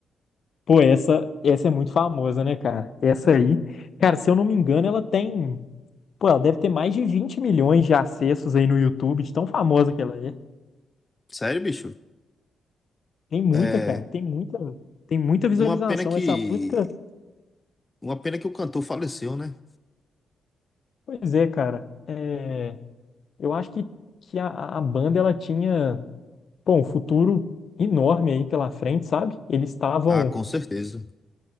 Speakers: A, on the left (about 55°); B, on the left (about 20°).
A: Pô, essa, essa é muito famosa, né, cara? Essa aí. Cara, se eu não me engano, ela tem. Pô, ela deve ter mais de 20 milhões de acessos aí no YouTube, de tão famosa que ela é.
B: Sério, bicho?
A: Tem muita,
B: É,
A: cara. Tem muita. Tem muita visualização.
B: uma pena que,
A: Essa música.
B: uma pena que o cantor faleceu, né?
A: Pois é, cara. É, eu acho que, que a, a banda ela tinha. Pô, um futuro enorme aí pela frente, sabe? Eles estavam.
B: Ah, com certeza.